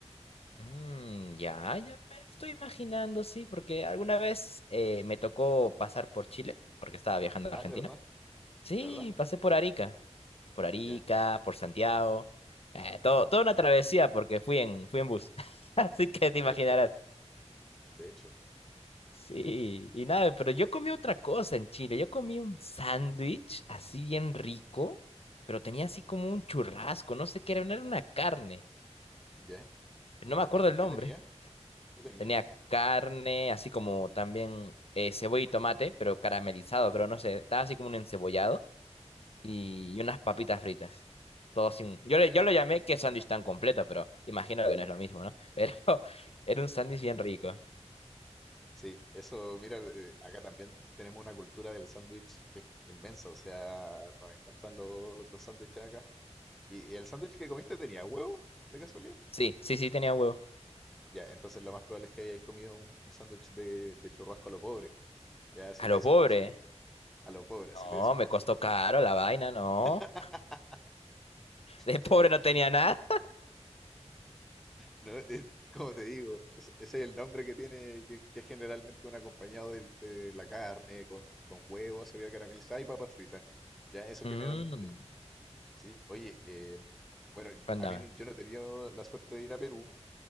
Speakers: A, on the left; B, in the centre.
A: mmm, ya, ya me estoy imaginando, sí, porque alguna vez eh, me tocó pasar por Chile, porque estaba viajando a
B: Ah,
A: Argentina.
B: ¿de verdad?
A: Sí,
B: ¿De verdad?
A: pasé por Arica, por Arica,
B: Ya,
A: por Santiago. eh, todo, toda una travesía porque fui en, fui en bus. <laughs> Así que te
B: De
A: imaginarás.
B: hecho. De hecho,
A: Sí, y nada, pero yo comí otra cosa en Chile. Yo comí un sándwich así bien rico, pero tenía así como un churrasco, no sé qué era, no era una carne,
B: ya.
A: no
B: ¿Y con
A: me acuerdo
B: qué, te-
A: el
B: qué
A: nombre.
B: tenía? ¿Qué tenía?
A: Tenía carne, así como también eh, cebolla y tomate, pero caramelizado, creo, no sé, estaba así como un encebollado y unas papitas fritas. Todo sin... Yo,
B: Ya.
A: le- yo lo llamé que sándwich tan completo, pero imagino que no es lo mismo, ¿no? Pero <laughs>
B: ya.
A: era un sándwich bien rico.
B: Sí, eso, mira, eh, acá también tenemos una cultura del sándwich que es inmensa, o sea, nos encantan los, los sándwiches acá. ¿Y, y el sándwich que comiste tenía huevo, de casualidad?
A: Sí, sí, sí, tenía huevo.
B: Ya, entonces lo más probable es que hayáis comido un, un sándwich de, de churrasco a lo pobre, ya así
A: A
B: le
A: lo
B: decimos
A: pobre.
B: nosotros, a lo pobre,
A: No,
B: así le decimos
A: me
B: nosotros.
A: costó caro la vaina, no.
B: <laughs>
A: <laughs> De
B: Sí,
A: pobre no tenía nada.
B: No, <laughs> es- como te digo, es- ese es el nombre que tiene, que, que es generalmente un acompañado del- de, la carne, con, con huevos, cebolla caramelizada y papas fritas. Ya, eso
A: Mm,
B: generalmente. Sí, oye, eh, bueno,
A: cuéntame.
B: a mí no- yo no he tenido la suerte de ir a Perú,